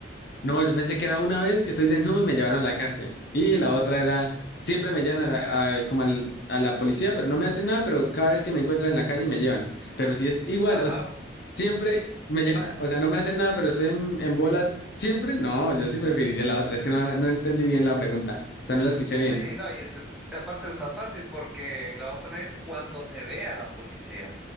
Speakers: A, on the left; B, in the centre.
A: No, yo pensé que era una vez que estoy desnudo y me llevaron a la cárcel. Y la otra era, siempre me llevan a la, a- como al- a la policía, pero no me hacen nada, pero cada vez que me encuentran en la calle me llevan. Pero si es igual,
B: Ajá.
A: o sea, siempre me llevan, o sea, no me hacen nada, pero estoy en, en bola siempre. No, yo sí preferiría la otra, es que no, no entendí bien la pregunta, o sea, no la escuché
B: Sí,
A: bien.
B: no, y eh, aparte es más fácil porque la otra es cuando te vea la policía.